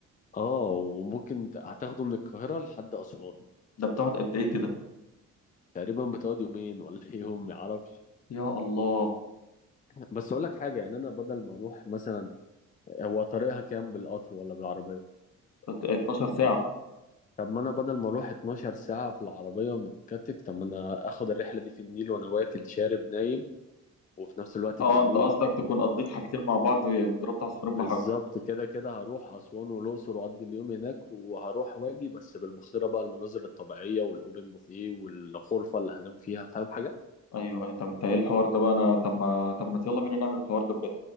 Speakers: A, on the left; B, on the left.
A: اه وممكن ت- هتاخده من القاهره لحد اسوان
B: ده بتقعد قد ايه كده
A: تقريبا بتقعد يومين ولا <laughs> يوم ما اعرفش
B: يا الله
A: بس اقول لك حاجه يعني انا بدل ما اروح مثلا هو طريقها كام بالقطر ولا بالعربيه
B: ات- 12 ساعة
A: طب ما انا بدل ما اروح 12 ساعه في العربيه ومتكتف طب ما انا اخد الرحله دي في النيل وانا واكل شارب نايم وفي نفس الوقت
B: اه
A: في النيل
B: انت قصدك تكون قضيت حاجتين مع بعض ضربت عصفورين
A: بالظبط
B: بحجر
A: كده كده هروح أسوان والأقصر وأقضي اليوم هناك وهروح واجي بس بالبحيرة بقى المناظر الطبيعية والأوبن بوفيه والغرفة اللي هنام فيها فاهم حاجة؟
B: ايوه ايوه طب انت ايه الحوار ده بقى انا طب ما طب ما يلا بينا نعمل الحوار ده بجد